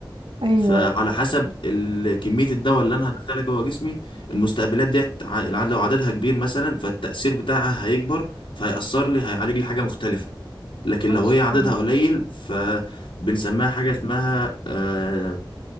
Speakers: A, on the right; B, on the left.
A: ايوه
B: فعلى حسب ال- كمية الدواء اللي أنا هدخلها جوه جسمي المستقبلات ديت ع- العدد لو عددها كبير مثلا فالتأثير بتاعها هيكبر فهيأثر لي هيعالج لي حاجة مختلفة لكن
A: آه،
B: لو
A: سبحان
B: هي عددها
A: الله
B: قليل فبنسميها حاجة اسمها آه،